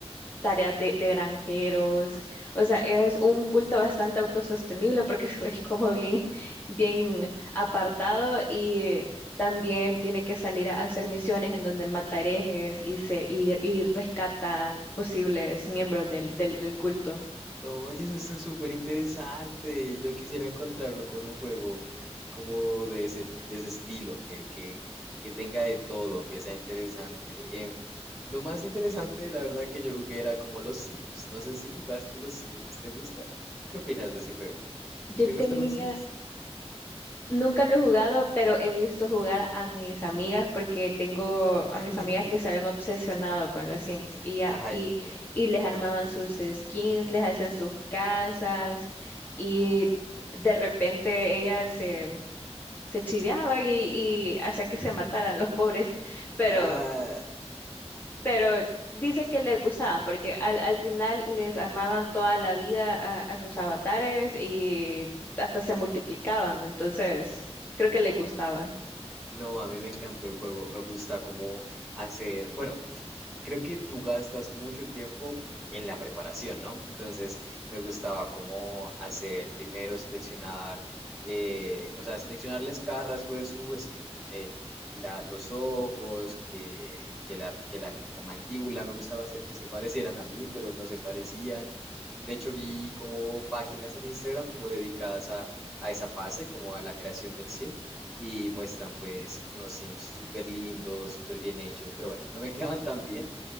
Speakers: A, on the left; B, in the centre.
A: tareas de, de granjeros. O sea, es un culto bastante autosostenible porque <laughs> es como bien, bien apartado y también tiene que salir a hacer misiones en donde mata herejes y, se, y, y rescata posibles miembros del, del, del culto.
B: Oye, eso está súper interesante. Yo quisiera encontrarme con un juego como de ese, de ese estilo, que, que, que tenga de todo, que sea interesante. Em, lo más interesante, la verdad, que yo jugué era como los Sims. No sé si jugaste los Sims. ¿Te gusta? ¿Qué opinas de ese juego?
A: Yo
B: ¿Te
A: tenía,
B: gustan los Sims?
A: Nunca lo he jugado, pero he visto jugar a mis amigas porque tengo a
B: <laughs>
A: mis amigas que se habían obsesionado con los Sims y, a-
B: Ay,
A: y,
B: no.
A: y les armaban sus skins, les hacían sus casas y de repente ellas se, se chiveaban y, y hacía que se mataran los pobres, <laughs> pero,
B: Ah,
A: pero dice que les gustaban porque al, al final les armaban toda la vida a, a sus avatares y hasta se multiplicaban, entonces creo que les gustaba.
B: no, a mí me encantó el juego. Me gusta cómo hacer, bueno, creo que tú gastas mucho tiempo en la preparación, ¿no? Entonces me gustaba cómo hacer primero, seleccionar, eh, o sea, seleccionarles cada rasgo de su skin, eh, la- los ojos, que, que la, que la mandíbula, me gustaba hacer que se parecieran a mí, pero no se parecían. De hecho, vi como páginas en Instagram como dedicadas a, a esa fase, como a la creación del sim, y muestran pues unos sims súper lindos, súper bien hechos, pero bueno, no me <laughs> quedaban tan bien